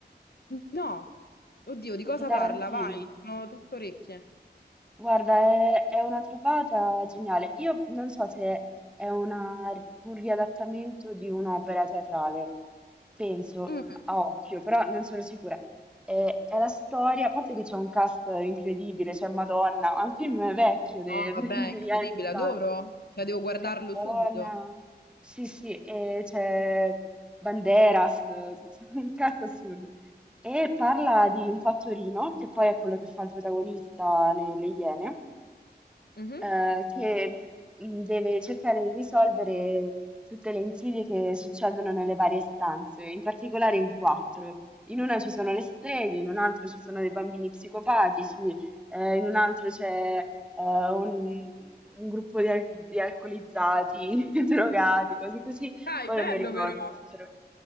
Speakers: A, on the left; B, in the centre.
A: No, oddio, di cosa
B: di Tarantino.
A: parla? Vai, sono tutto orecchie.
B: Guarda, è, è una trovata geniale. Io non so se è una- un riadattamento di un'opera teatrale, penso
A: Mm.
B: a occhio, però non sono sicura. È, è la storia, a parte che c'è un cast incredibile, c'è Madonna, ma il film è vecchio de-
A: No, vabbè,
B: de- degli
A: è incredibile,
B: anni 80.
A: adoro. Cioè, devo guardarlo
B: C'è Madonna,
A: subito.
B: sì, sì, e c'è Banderas, tutto un cast assurdo e parla di un fattorino, che poi è quello che fa il protagonista nelle Iene,
A: Mhm.
B: eh, che mh, deve cercare di risolvere tutte le insidie che succedono nelle varie stanze, in particolare in quattro. In una ci sono le streghe, in un altro ci sono dei bambini psicopatici, eh, in un altro c'è eh, un, un gruppo di, al- di alcolizzati, <laughs> drogati, cose così.
A: Dai,
B: Poi
A: bello
B: non mi ricordo,
A: però.
B: sinceramente.